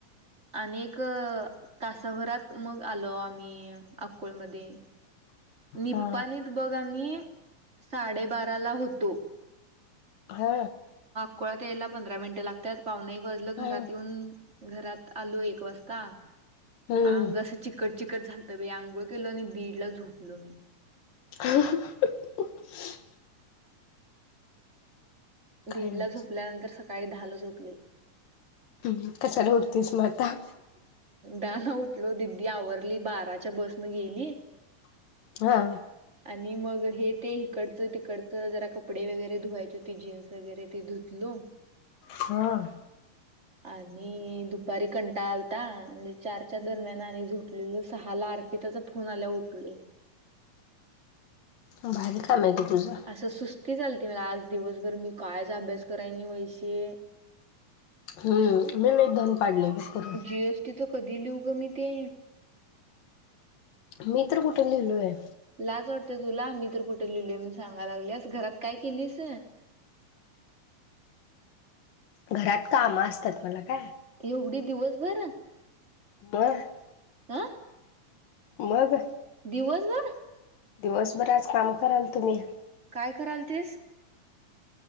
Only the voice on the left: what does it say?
हा
हा
हम्म
हम्म
ह ह ह ह
काय नाही
हम् कशाला उठतेस मग आता
हा.
हा
भारी चाललंय की. तुझं
हम्म मी निदान पाडलंय बघ
करून
मी तर कुठुन लिहिलोय.
घरात काम असतात मला काय
बर
मग
दिवसभर आज काम करालतो मी.